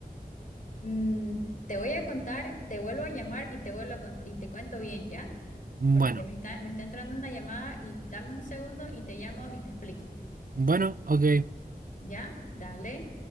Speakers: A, on the left; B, on the right.
A: Mm, te voy a contar, te vuelvo a llamar y te vuelvo a cont- y te cuento bien, ¿ya?
B: Bueno,
A: Porque me está, me está entrando una llamada y dame un segundo y te llamo y te explico,
B: bueno, ok.
A: ¿ya? Dale.